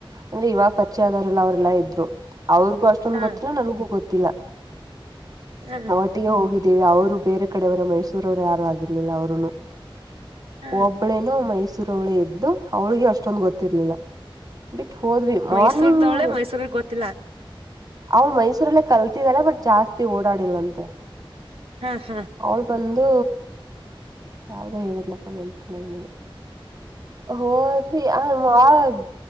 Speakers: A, on the right; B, on the right.
A: ಅಂದ್ರೆ ಇವಾಗ ಪರಿಚ್ಯ ಆದವರೆಲ್ಲ ಅವ್ರೆಲ್ಲ ಇದ್ರು ಅವ್ರಿಗೂ ಅಷ್ಟು
B: ಹಾ
A: ಗೊತ್ತಿಲ ನನಗೂ ಗೊತ್ತಿಲ್ಲ
B: ಹ
A: ಅವ ಟ್ಟಿಗೆ ಹೋಗಿದ್ದೀವಿ ಅವ್ರು ಬೇರೆ ಕಡೆವರೆ ಮೈಸೂರವರು ಯಾರು ಆಗಿರ್ಲಿಲ್ಲ ಅವ್ರುನು
B: ಹ
A: ಒಬ್ಬ ಇಬ್ಳೇನೋ ಮೈಸೂರವಳೆ ಇದ್ದ್ಲು ಅವಳಿಗೆ ಅಷ್ಟೊಂದ್ ಗೊತ್ತಿರ್ಲಿಲ್ಲ. ಬಿಟ್ಟು ಹೋದ್ವಿ ಮಾರ್ನಿಂಗ್
B: ಮೈಸೂರ್ದವಳೆ ಮೈಸೂರಿಗ್ ಗೊತ್ತಿಲ್ಲ
A: ಅವ್ ಮೈಸೂರಲ್ಲೇ ಕಲ್ತಿದಿದ್ದಾರೆ ಬಟ್ ಜಾಸ್ತಿ ಓಡಾಡಿಲ್ಲಂತೆ
B: ಹಾ ಹಾ
A: ಅವ್ಳು ಬಂದು ಯಾವ್ದೋ ಹೇಳದಲಪ್ಪ ನೆನಪಿಲ್ಲ ನನಗೆ ಹ ಆ <inaudible> ್ಮ